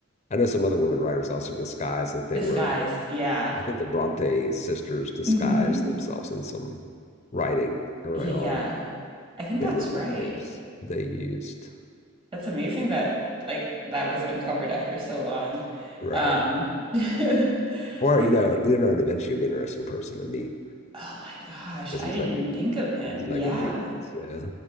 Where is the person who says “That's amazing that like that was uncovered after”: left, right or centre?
Right